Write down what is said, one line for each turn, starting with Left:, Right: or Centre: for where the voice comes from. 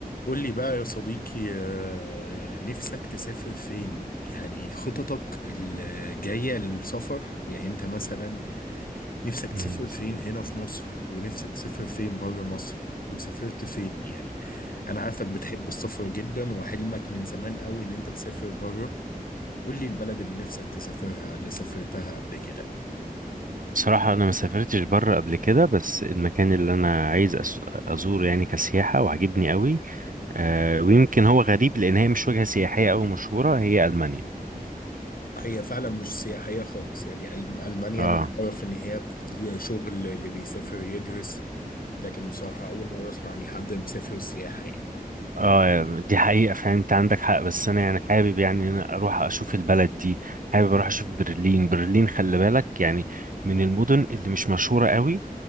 Left: قول لي بقى يا صديقي آه، نفسك تسافر فين؟ يعني خططك الجاية للسفر يعني انت مثلا نفسك تسافر
Right: مم.
Left: فين هنا في مصر ونفسك تسافر فين بره مصر وسافرت فين يعني انا عارفك بتحب السفر جدا وحلمك من زمان قوي ان انت تسافر بره قول لي البلد اللي نفسك تسافرها اللي سافرتها قبل كده
Right: بصراحة أنا ما سافرتش بره قبل كده بس المكان اللي أنا عايز أس- أزوره يعني كسياحة وعجبني قوي آه ويمكن هو غريب لأن هي مش وجهة سياحية أو مشهورة هي ألمانيا
Left: هي فعلا مش سياحية خالص يعني أي- ألمانيا
Right: آه
Left: أنا أعرف إن هي بت- شغل اللي بيسافر يدرس لكن بصراحة أول مرة أسمع إن حد مسافر سياحة يعني
Right: آه دي حقيقة فعلا أنت عندك حق بس أنا يعني حابب يعني أنا أروح أشوف البلد دي حابب أروح أشوف برلين برلين خلي بالك يعني من المدن اللي مش مشهورة قوي